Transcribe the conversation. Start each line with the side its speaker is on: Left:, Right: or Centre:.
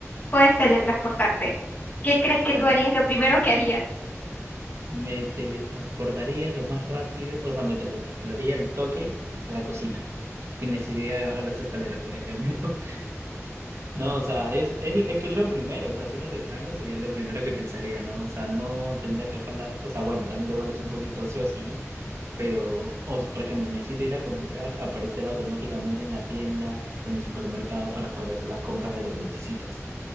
Left: puedes teletransportarte. ¿Qué crees que
Right: Bueno,
Left: tú harías? Lo primero que harías.
Right: me teletransportaría lo más rápido, o sea, me teletransportaría el toque a la cocina, sin necesidad de bajar las escaleras, por ejemplo. No, o sea, es, es, es que es lo primero, o sea, de franco sería lo primero que pensaría, ¿no? O sea, no tendría que dejarla, o sea, bueno, también te vuelves un poquito ocioso, ¿no? Pero, o, por ejemplo, necesito ir a comprar, aparecer automáticamente en la tienda o en el supermercado para poder hacer las compras de lo que necesitas.